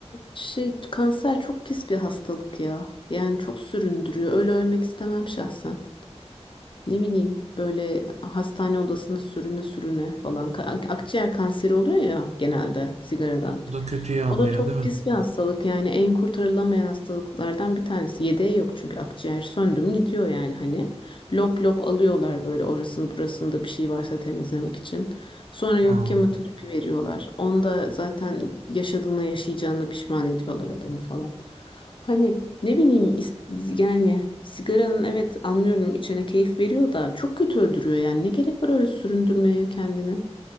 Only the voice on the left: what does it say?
şey kanser çok pis bir hastalık ya yani çok süründürüyor öyle ölmek istemem şahsen. Ne bileyim böyle hastane odasında sürüne sürüne falan. Ka- Akciğer kanseri oluyor ya genelde sigaradan.
O
da çok
pis bir hastalık yani en kurtarılamayan hastalıklardan bir tanesi. Yedeği yok çünkü akciğer söndü mü gidiyor yani hani. Lop lop alıyorlar böyle orasını burasında bir şey varsa temizlemek için. Sonra
yok kemoterapi veriyorlar. Onda zaten yaşadığına yaşayacağına pişman ediyorlar adamı falan. Hani ne bileyim is- yani sigaranın evet anlıyorum içene keyif veriyor da çok kötü öldürüyor yani. Ne gerek var öyle süründürmeye kendini?